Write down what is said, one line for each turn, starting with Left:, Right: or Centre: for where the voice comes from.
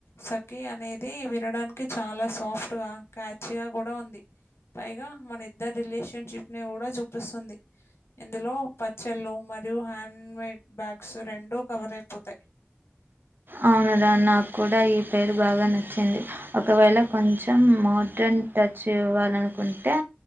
Left: సఖీ అనేది వినడానికి చాలా సా ఫ్ట్ గా క్యాచీ గా కూడా ఉంది. పైగా మన ఇద్దరి రిలేషన్షిప్ ని కూడా చూపిస్తుంది ఇందులో పచ్చళ్ళు మ మరియు హ్యాండ్ మేడ్ బ్యాగ్స్ రెండూ కవర్ అయిపోతాయి.
Right: అవునురా నాక్కూడా ఇ పేరు బాగా నచ్చింది ఒకవేళ కొంచెం మోడ్రన్ టచ్ ఇవ్వాలనుకుంటే